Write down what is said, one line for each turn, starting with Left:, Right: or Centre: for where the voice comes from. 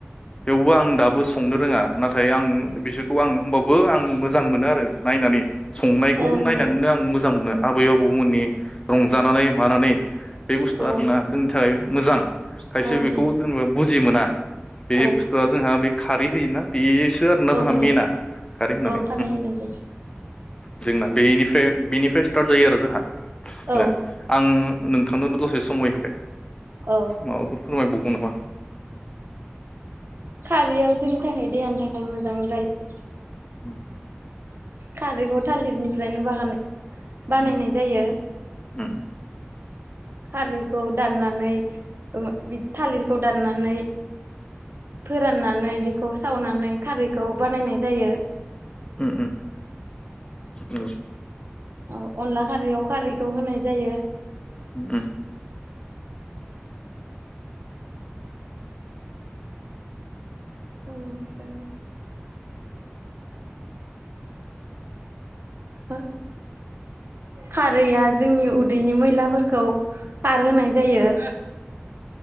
Left: थेवबो आं दाबो संनो रोङा नाथाय आं बिसोरखौ आं हबो आं मोजां मोनो आरो नायनानै। संनायखौ
Right: औ नोंथां
Left: नायनानैनो आं मोजां मोनो। आबै आबौमोननि रंजानानै मानानै। बे बुस्थुआ
Right: औ
Left: आरोना जोंनि थाखाय। मोजां। खायसे
Right: औ नोंथां
Left: बेखौ जेनेबा बुजि मोना बे
Right: औ
Left: स' जोंहा बे खारै होयोना बेसो आरोना
Right: औ
Left: जोंहा
Right: नोंथां
Left: मेना खारै होनानै
Right: औ खारै होनाय जायो
Left: जोंना बेनिफ्राय। बिनिफ्राय स्टार्ट जायो आरो जोंहा।
Right: औ
Left: दे आं नोंथांनो दसे समय होबाय
Right: औ
Left: माबाफोर फोरमायबावगौ नामा
Right: खारैयाव जोंनि थाखाय देहानि था खाय मोजां जायो।
Left: ओम
Right: खारैखौ थालिरनि फ्रायनो बाहानाय बानायनाय
Left: उम
Right: जायो।
Left: उम
Right: खारैखौ दाननानै <unintelligible> थालिरखौ दाननानै फोरानना नानै बेखौ सावनानै खारैखौ बानायनाय जायो
Left: उम उम नंगौ
Right: अ अनला खारैआव खारैखौ होनाय जायो।
Left: उम
Right: <inaudible> हो खारैआ जोंनि उदैनि मैलाफोरखौ खारहोनाय जायो।